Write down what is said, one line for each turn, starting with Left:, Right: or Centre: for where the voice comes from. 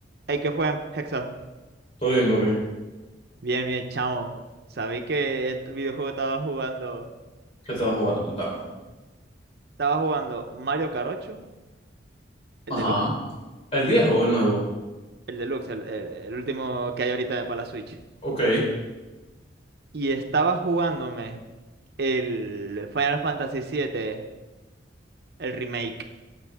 Right: Hey, ¿qué fue, Hexa?
Left: Todo bien, papi.
Right: Bien, bien, chamo. Sabéis que este videojuego estaba jugando.
Left: ¿Qué estabas jugando? Contame.
Right: Estaba jugando Mario Kart 8, el
Left: Ajá.
Right: deluxe.
Left: ¿El viejo o el nuevo?
Right: El deluxe, el, el- el último que hay ahorita para la Switch.
Left: Ok. ¿En
Right: Y estaba jugándome el Final Fantasy siete, el remake.